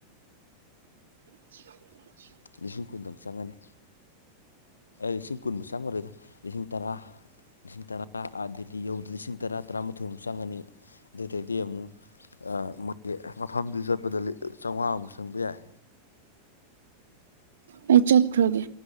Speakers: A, on the right; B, on the left.
A: ꯑ
B: ꯂꯤꯁꯤꯡ ꯀꯨꯟꯗꯪ ꯆꯪꯉꯅꯤ ꯂꯤꯁꯤꯡ ꯀꯨꯟꯃꯨꯛ ꯆꯪꯉꯔꯣꯏꯗ ꯂꯤꯁꯤꯡ ꯇꯔꯥ ꯂꯤꯁꯤꯡ ꯇꯔꯥꯗꯤ ꯌꯧꯗ ꯂꯤꯁꯤꯡ ꯇꯔꯥ ꯇꯔꯥꯃꯥꯊꯣꯏꯃꯨꯛ ꯆꯪꯉꯅꯤ ꯑꯗꯨꯗꯩꯗꯤ ꯑꯃꯨꯛ ꯃꯣꯏꯒꯤ ꯃꯐꯝꯗꯨ ꯆꯠꯄꯗ ꯆꯥꯝꯃꯉꯥꯃꯨꯛ ꯆꯪꯕ ꯌꯥꯏ
A: ꯑꯩ ꯆꯠꯈ꯭ꯔꯒꯦ